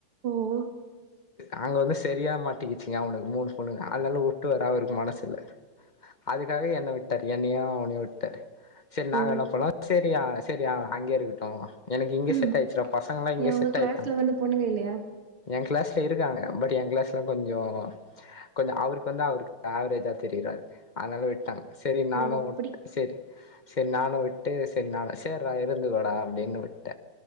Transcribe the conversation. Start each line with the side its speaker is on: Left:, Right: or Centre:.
Right: ஓ
Left: அங்க வந்து செரியா மாட்டிக்கிச்சிங்க அவனுக்கு மூணு பொண்ணுங்க அதனால வுட்டு வர அவருக்கு மனஸ் இல்ல அதுக்காக என்ன விட்டாரு என்னயு அவனையு விட்டாரு செரி நாங்க
Right: ஓ
Left: என்ன பண்ணோ செரிய்யா செரிய்யா அங்கே இருக்கட்டு எனக்கு இங்கே
Right: ம்
Left: செட் டா ஆயிச்சுலா பசங்கல்லா இங்க
Right: ஏ உங்க
Left: செட்
Right: கிளாஸ்ல
Left: ஆய்ட்டாங்க
Right: வந்து பொண்ணுங்க இல்லையா
Left: எ கிளாஸ்ல இருக்காங்க பட் என் கிளாஸ்ல கொஞ்சோ கொஞ்சோ அவருக்கு வந்து அவருக்கு ஆவரேஜா தெரியறாரு அதனால விட்டாங்க சரி நானு
Right: ஓ அப்டி
Left: உட்ட செரி செரி நானு விட்டு செரி நா சேரிடா இருந்துகோடா அப்டின்னு விட்ட